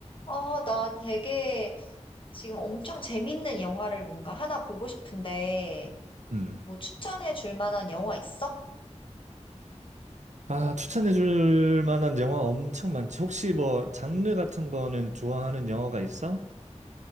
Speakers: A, on the left; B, on the right.
A: 아, 나 되게 지금 엄청 재밌는 영화를 뭔가 하나 보고 싶은데,
B: 음.
A: 뭐 추천해 줄 만한 영화 있어?
B: 아, 추천해 줄 만한 영화 엄청 많지. 혹시 뭐 장르 같은 거는 좋아하는 영화가 있어?